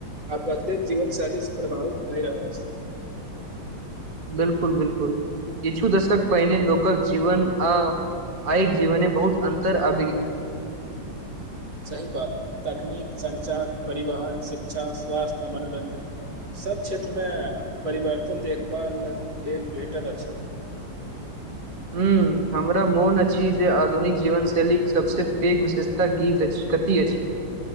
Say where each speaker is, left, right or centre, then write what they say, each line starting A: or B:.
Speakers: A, on the right; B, on the right.
A: आ बदलैत जीवन शैली से प्रभावित भए रहल अछि
B: बिल्कुल बिल्कुल किछु दशक पहिने लोकक जीवन आ आइक जीवने बहुत अन्तर आ
A: सही बात तकनीक सञ्चार परिवहन शिक्षा स्वास्थ्य आ मनोरञ्जन सभ क्षेत्रमे परिवर्तन देखभाल ल-लेल भेटैत अछि
B: हूँ हमरा मोन अछि जे आधुनिक जीवन शैलीक सभसँ पैघ विशेषता गीत अछि कथि अछि